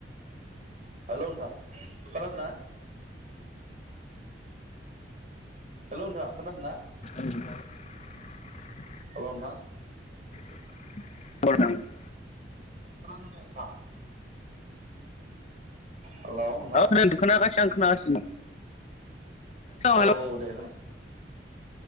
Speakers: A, on the right; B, on the left.
A: हेलौ नोंथां खोनादों ना हेलौ नोंथां खोनादों ना
B: <inaudible>
A: हेलौ नोंथां
B: <unintelligible>
A: खोनादों दे नोंथां हेलौ नोंथां
B: औ खोनागासिनो आं खोनागासिनो हेलौ
A: औ औ दे